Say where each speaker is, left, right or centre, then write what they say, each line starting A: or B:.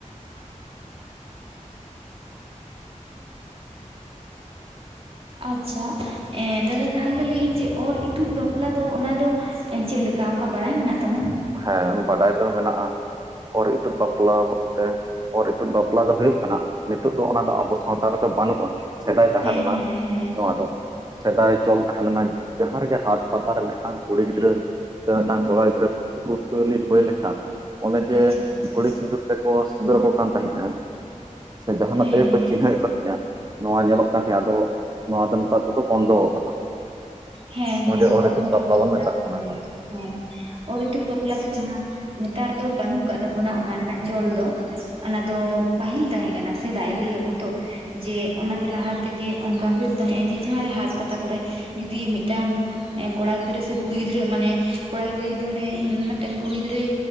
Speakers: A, on the right; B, on the right.
A: <inaudible>
B: ᱟᱪᱪᱷᱟ ᱫᱟᱫᱟ ᱛᱟᱦᱟᱞᱮ, ᱞᱟᱹᱭᱟᱹᱧ ᱡᱮ ᱚᱨ ᱤᱛᱩᱫ ᱵᱟᱯᱞᱟ ᱫᱚ ᱚᱱᱟ ᱫᱚ᱾ ᱪᱮᱫ ᱞᱮᱠᱟ ᱚᱱᱠᱟ ᱵᱟᱲᱟᱭ ᱢᱮᱱᱟᱜ ᱛᱟᱢᱟ᱾
A: ᱦᱮᱸ ᱵᱟᱰᱟᱭ ᱫᱚ ᱢᱮᱱᱟᱜᱼᱟ ᱚᱨ ᱤᱛᱩᱹᱫ ᱵᱟᱯᱞᱟ ᱛᱮ, ᱚᱨ ᱤᱛᱩᱫ ᱵᱟᱯᱞᱟ ᱫᱚ ᱦᱩᱭᱩᱜ ᱠᱟᱱᱟ, ᱱᱤᱛᱚᱜ ᱫᱚ ᱚᱱᱟ ᱫᱚ ᱟᱵᱚ ᱥᱟᱶᱛᱟ ᱨᱮᱫᱚ ᱵᱟᱹᱱᱩᱜ ᱟ᱾ ᱥᱮᱫᱟᱭ ᱛᱟᱦᱮᱸ
B: ᱦᱮᱸ
A: ᱞᱮᱱᱟ
B: ᱦᱮᱸ ᱦᱮᱸ
A: ᱱᱚᱣᱟ ᱫᱚ᱾ ᱥᱮᱫᱟᱭ ᱪᱚᱞ ᱛᱟᱦᱮᱸ ᱞᱮᱱᱟ ᱡᱟᱦᱟᱸ ᱨᱮᱜᱮ ᱦᱟᱴ ᱯᱟᱛᱟ ᱨᱮ ᱢᱤᱫᱴᱟᱝ ᱠᱩᱲᱤ ᱜᱤᱫᱽᱨᱟᱹ ᱥᱮ ᱢᱤᱫᱴᱟᱝ ᱠᱚᱲᱟ ᱜᱤᱫᱽᱨᱟᱹ᱾ ᱠᱩᱥᱟᱹᱞᱤ ᱦᱩᱭ ᱞᱮᱠᱷᱟᱱ ᱚᱱᱮ ᱡᱮ
B: ᱟᱪᱪᱷᱟ ᱟᱪᱪᱷᱟ
A: ᱫᱷᱩᱲᱤ ᱥᱤᱸᱫᱩᱨ ᱛᱮᱠᱚ ᱥᱤᱸᱫᱩᱨ ᱟᱠᱚ ᱠᱟᱱ ᱛᱟᱦᱮᱸ ᱠᱟᱱ ᱥᱮ ᱡᱟᱦᱟᱱᱟᱜ
B: ᱦᱮᱸ
A: ᱛᱮᱜᱮ ᱠᱚ
B: ᱦᱮᱸ
A: ᱪᱤᱱᱦᱟᱹᱣᱮᱫ
B: ᱦᱮᱸ
A: ᱠᱚ ᱛᱟᱦᱮᱸᱫᱼᱟ, ᱱᱚᱣᱟ ᱧᱮᱞᱚᱜ ᱠᱟᱱ ᱜᱮᱭᱟ ᱟᱫᱚ ᱱᱚᱣᱟ ᱫᱚ ᱱᱮᱛᱟᱨ ᱫᱚᱠᱚ ᱵᱚᱱᱫᱚ ᱟᱠᱟᱫᱟ᱾
B: ᱦᱮᱸ
A: ᱱᱚᱣᱟ
B: ᱦᱮᱸ
A: ᱜᱮ
B: ᱚᱨ ᱤᱛᱩᱫ ᱵᱟᱯᱞᱟ
A: ᱵᱚᱱ ᱢᱮᱛᱟᱜ
B: ᱫᱚ
A: ᱠᱟᱱᱟ
B: ᱦᱮᱸ, ᱦᱮᱸ ᱚᱨ ᱤᱛᱩᱫ ᱵᱟᱯᱞᱟ ᱫᱚ ᱡᱟᱦᱟᱸ ᱱᱮᱛᱟᱨ ᱫᱚ ᱵᱟᱹᱱᱩᱜ ᱠᱟᱜ ᱛᱟᱵᱚᱱᱟ ᱚᱱᱟ ᱨᱮᱱᱟᱜ ᱪᱚᱞ ᱫᱚ, ᱚᱱᱟ ᱫᱚ ᱯᱟᱹᱦᱤᱞ ᱛᱟᱦᱮᱸ ᱠᱟᱱᱟ ᱥᱮᱫᱟᱭ ᱞᱟᱹᱭᱟᱠᱚ ᱛᱚ ᱡᱮ ᱚᱱᱟ ᱫᱚ ᱞᱟᱦᱟ ᱛᱮᱜᱮ ᱚᱱᱠᱟ ᱦᱩᱭᱩᱜ ᱛᱟᱦᱮᱸᱜᱼᱟ ᱡᱮ ᱡᱟᱦᱟᱸᱨᱮ ᱦᱟᱴ ᱯᱟᱛᱟ ᱠᱚᱨᱮ ᱡᱩᱫᱤ ᱢᱤᱫᱴᱟᱝ ᱠᱚᱲᱟ ᱜᱤᱫᱽᱨᱟᱹ ᱥᱮ ᱠᱩᱲᱤ ᱜᱤᱫᱽᱨᱟᱹ ᱢᱟᱱᱮ ᱠᱚᱲᱟ ᱜᱤᱫᱽᱨᱟᱹ ᱡᱩᱫᱤ ᱚᱱᱮ ᱢᱤᱫᱴᱮᱱ ᱠᱩᱲᱤ ᱜᱤᱫᱽᱨᱟᱹᱭ